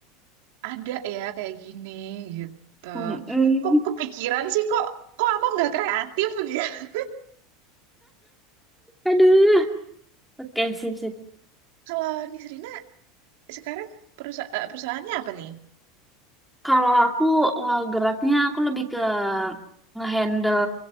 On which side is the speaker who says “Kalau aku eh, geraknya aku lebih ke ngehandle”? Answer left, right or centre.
Centre